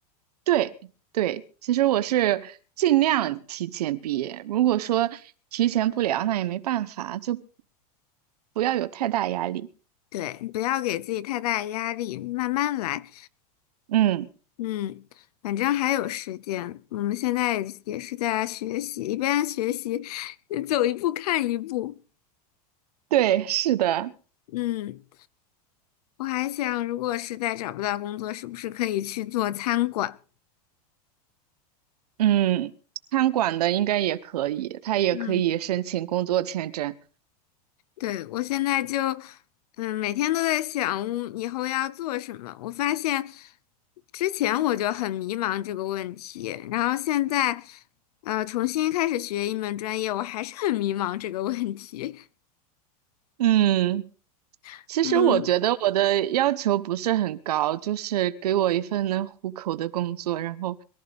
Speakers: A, on the right; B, on the left.
A: 对对，其实我是尽量提前毕业，如果说提前不了，那也没办法，就不要有太大压力。
B: 对，不要给自己太大的压力，慢慢来。
A: 嗯，
B: 嗯，反正还有时间。我们现在也是在学习，一边学习，<laughs> 走一步看一步。
A: 对，是的。
B: 嗯，我还想，如果实在找不到工作，是不是可以去做餐馆？
A: 嗯，餐馆的应该也可以，他也可以申请工作签证。
B: 嗯，对，我现在就，嗯，每天都在想以后要做什么。我发现之前我就很迷茫这个问题，然后现在，呃，重新开始学一门专业，我还是很迷茫这个问题。
A: 嗯，
B: <laughs>
A: 其实我觉得我的要求不是很高，
B: 嗯。
A: 就是给我一份能糊口的工作，然后，